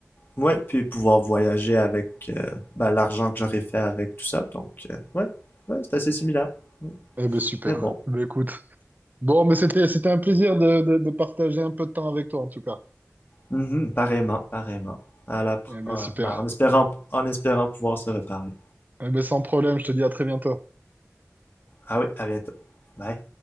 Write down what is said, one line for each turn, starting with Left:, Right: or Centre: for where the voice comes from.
Left: Ouais, puis pouvoir voyager avec euh, bah, l'argent que j'aurais fait avec tout ça. Donc, euh, ouais, ouais, c'est assez similaire. Ouais.
Right: Eh ben, super.
Left: Mais bon.
Right: Ben, écoute. Bon, mais c'était, c'était un plaisir de, de, de partager un peu de temps avec toi, en tout cas.
Left: Mhm. Pareillement, pareillement. À la pr-
Right: Eh ben,
Left: euh,
Right: super.
Left: bah, en espérant, en espérant pouvoir se reparler.
Right: Eh ben, sans problème, je te dis à très bientôt.
Left: Ah oui, à bientôt. Bye.